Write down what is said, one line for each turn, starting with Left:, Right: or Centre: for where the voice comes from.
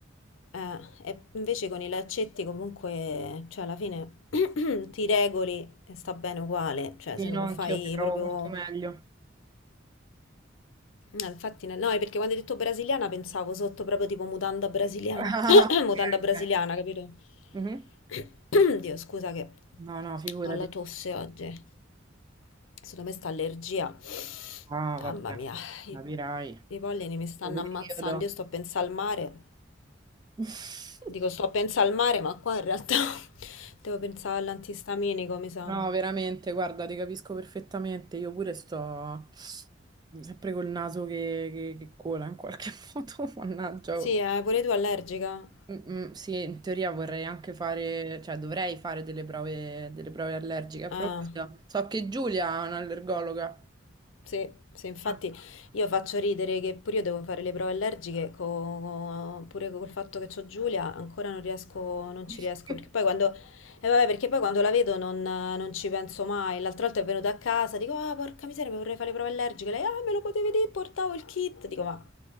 Left: Eh, e invece con i laccetti comunque, cioè alla fine <clears throat> ti regoli e sta bene uguale, cioè
Right: Sì,
Left: se non
Right: no, anch'io
Left: fai
Right: mi trovo
Left: proprio
Right: molto meglio.
Left: No, infatti, no, no, è perché quando hai detto brasiliana pensavo sotto proprio tipo mutanda brasiliana.
Right: Ah,
Left: <coughs>
Right: ok.
Left: Mutanda brasiliana, capito?
Right: Mhm.
Left: <coughs> Dio, scusa che
Right: No, no, figurati.
Left: ho la tosse oggi. Secondo me sta allergia.
Right: Ah, vabbè,
Left: Mamma mia,
Right: capirai.
Left: i, i pollini mi
Right: Sto
Left: stanno
Right: periodo.
Left: ammazzando. Io sto a pensare al mare.
Right: <laughs>
Left: Dico, sto a pensare al mare, ma qua in realtà <laughs> devo pensare all'antistaminico, mi sa.
Right: No, veramente, guarda, ti capisco perfettamente. Io pure sto sempre col naso che, che- che cola in qualche <laughs> modo, mannaggia.
Left: Sì,
Right: oh.
Left: eh, pure tu allergica?
Right: Mm, mm, sì, in teoria vorrei anche fare, cioè dovrei fare delle prove, delle prove allergiche a
Left: Ah.
Right: proposito. So che Giulia è un'allergologa.
Left: Sì, sì, infatti
Right: Ah.
Left: io faccio ridere che pure io devo fare le prove allergiche, co- pure col fatto che c'ho Giulia ancora non riesco, non
Right: <laughs>
Left: ci riesco, perché poi quando, eh, vabbè, perché poi quando la vedo non, non ci penso mai, l'altra volta è venuta a casa, dico, ah, porca miseria, mi vorrei fare le prove allergiche, lei, ah, me lo potevi dire, portavo il kit, dico, ma